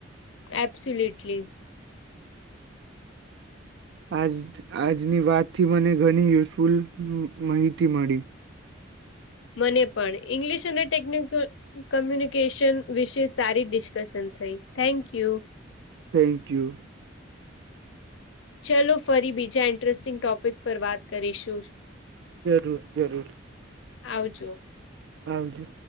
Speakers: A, on the left; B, on the right.
A: અબસોલુટલી
B: આજ આજની વાતથી મને ઘણી યુઝફુલ મ માહિતી મળી
A: મને પણ ઇંગ્લિશ અને ટેકનિકલ કોમ્યુનિકેશન વિશે સારી ડિસ્કશન થઈ થેન્ક યુ
B: થેન્ક યુ
A: ચલો ફરી બીજા ઇન્ટરેસ્ટિંગ ટોપિક પર વાત કરીશું
B: જરૂર જરૂર
A: આવજો
B: આવજો